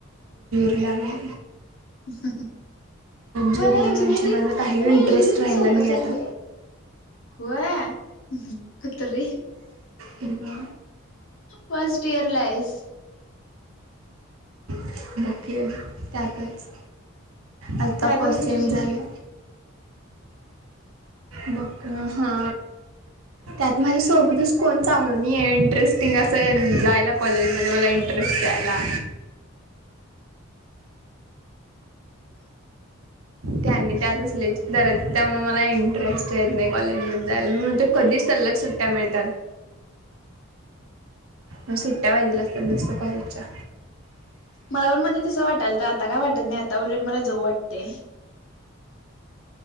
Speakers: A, on the right; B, on the left.
A: इलाम..
B: ह
A: जीर
B: मला
A: लागायची
B: इंजिनिअरिंग
A: माझा काही
B: मला
A: इंटरेस्ट
B: इंजिनिअरिंग
A: राहिला
B: सोपं
A: नाही
B: चाललंय.
A: आता.
B: होय कुत्रे...
A: ह..
B: फर्स्ट इयर लाईस..
A: बग की अगं त्यातच आत्ता
B: त्यातच
A: फर्स्ट
B: तुझी
A: सेम
B: झिल्ली
A: झाले.. ब हा त्यात माझ्या.. सोबतच कोण चांगलं नाही आहे इंटरेस्ट... थिंग असं जायला कॉलेजमध्ये मला इंटरेस्ट द्यायला.. त्यांनी त्यात असल्याची गरज त्यामुळे मला इंटरेस्ट... य नाही कॉलेज मधे जायला मग मी म्हणतोय कधीच.. सलग सुट्ट्या मिळतात. मग सुट्टया पाहिजेला असतात नुसत कॉलेजच्या...
B: मला पण मध्ये तसं वाटायलत आता काय वाटत नाही आता उलट मला जाऊ वाटतय..